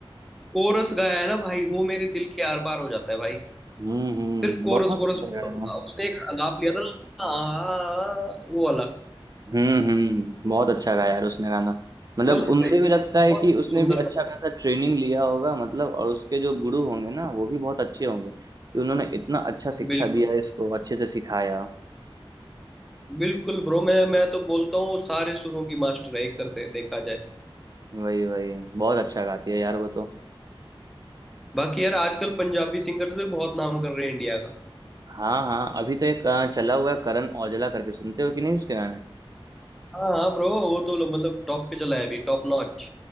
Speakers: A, in the centre; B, on the right.
A: कोरस गाया है ना भाई वो मेरे दिल के आर पार हो जाता है भाई
B: हम्म हम्म
A: सिर्फ कोरस
B: बहुत
A: कोरस
B: अच्छा गाना
A: उसने
B: है
A: एक आलाप लिया था ना आ, वो वाला
B: हम्म हम्म बहुत अच्छा गाया यार उसने गाना मतलब
A: वो तो
B: उन-
A: भाई
B: मुझे भी लगता है
A: बहुत
B: कि उसने
A: सुंदर
B: भी अच्छा खासा ट्रेनिंग लिया होगा मतलब और उसके जो गुरु होंगे ना वो भी बहुत अच्छे होंगे कि उन्होंने इतना अच्छा शिक्षा
A: बिल्कुल
B: दिया इसको अच्छे से सिखाया
A: बिल्कुल ब्रो मैं मैं तो बोलता हूँ सारे सुरों की मास्टर है एक तरह से देखा जाए
B: वही वही बहुत अच्छा गाती है यार वो तो
A: बाकी यार आजकल पंजाबी सिंगर्स भी बहुत नाम कर रहे हैं इंडिया का
B: हाँ हाँ अभी तो एक अ, चला हुआ है करण औजला करके सुनते हो कि नहीं उसके गाने
A: हाँ हाँ ब्रो वो तो लो- मतलब टॉप पे चला है अभी टॉप नॉच